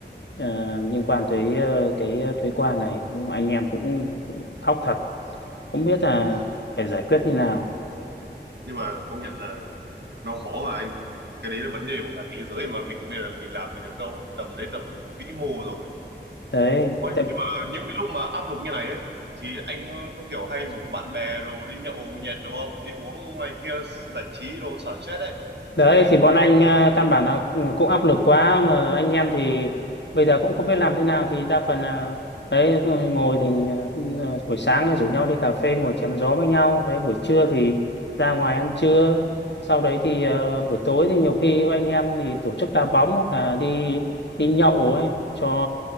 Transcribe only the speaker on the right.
hả?
nhưng mà công nhận là nó khó mà anh cái đấy là vấn đề của cả thế giới mà mình bây giờ là mình làm gì được đâu tầm đấy tầm vĩ mô rồi
Ôi,
nhưng mà những cái lúc mà áp lực như này ấy thì anh có kiểu hay rủ bạn bè rồi đi nhậu nhẹt đồ không đi uống này kia giải trí rồi xả stress ấy